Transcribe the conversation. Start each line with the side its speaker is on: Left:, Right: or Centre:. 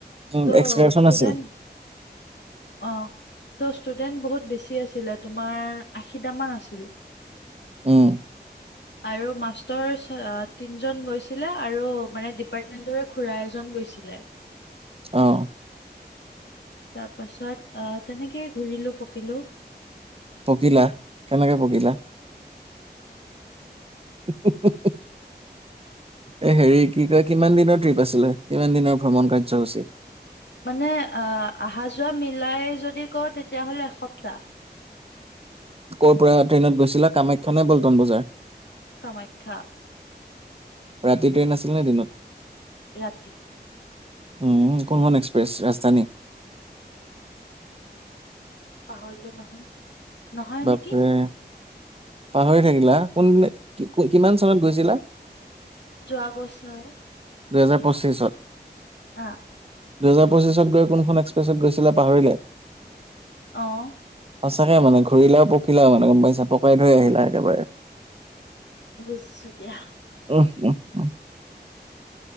Right: উম,
Left: ত'
Right: এক্সকাৰচন
Left: ষ্টুডেণ্ট।
Right: আছিল
Left: অ'। ত' ষ্টুডেণ্ট বহুত বেছি আছিলে তোমাৰ আশীটা মান আছিল।
Right: উম।
Left: আৰু মাষ্টৰ ছয় অ - তিনজন গৈছিলে আৰু মানে ডিপাৰ্টমেন্টৰে খুৰা এজন গৈছিলে।
Right: অ'।
Left: তাৰ পাছত অ তেনেকে ঘূৰিলো পকিলো।
Right: পকিলা কেনেকে পকিলা? হু হু হু <unintelligible> এ হেৰি কি কয়, কিমান দিনৰ ট্ৰিপ আছিলে? কিমান দিনৰ ভ্ৰমণ কাৰ্যসূচী?
Left: মানে আ - আহা যোৱা মিলাই যদি কওঁ তেতিয়াহ'লে এসপ্তাহ।
Right: কৰ পৰা ট্ৰেইনত গৈছিলা কামাখ্যা নে পল্টন বজাৰ?
Left: কামাখ্যা।
Right: ৰাতি ট্ৰেইন আছিল নে দিনত?
Left: ৰাতি।
Right: উম, কোনখন এক্সপ্ৰেছ ৰাজধানী?
Left: পাহৰিলো নহয়। নহয়
Right: বাপৰে!
Left: নেকি
Right: পাহৰি থাকিলা! কোনদিনা কি - কু - কিমান চনত গৈছিলা?
Left: যোৱা বছৰ।
Right: দুই হেজাৰ পঁচিছত?
Left: অ'।
Right: দুহেজাৰ পঁচিছত গৈ কোনখন এক্সপ্ৰেছত গৈছিলা পাহৰিলাই?
Left: অ'।
Right: থাকে মানে ঘূৰিলাও পকিলাও মানে গম পাইছা? পকাই থৈ আহিলা একেবাৰে।
Left: বুজিছো দিয়া।
Right: <unintelligible>